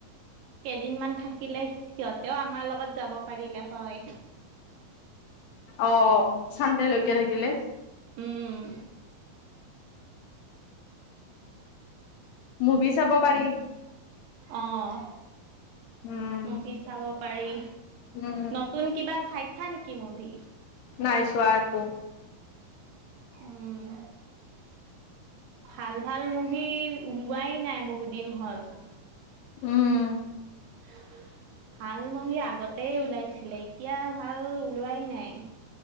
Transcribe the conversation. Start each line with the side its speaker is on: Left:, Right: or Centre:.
Right: কেইদিনমান থাকিলে সিহঁতেও আমাৰ লগত যাব পাৰিলে হয়।
Left: অ', চান্দে লৈকে থাকিলে।
Right: উম।
Left: মুভি চাব পাৰি।
Right: অ',
Left: উম
Right: মুভি চাব পাৰি।
Left: উম।
Right: নতুন কিবা চাইছা নেকি মুভী?
Left: নাই চোৱা একো।
Right: উম। ভাল ভাল মুভি ওলোৱাই নাই বহুত দিন হ'ল।
Left: উম।
Right: <unintelligible> ভাল মুভী আগতেই ওলাইছিলে এতিয়া ভাল ওলোৱাই নাই।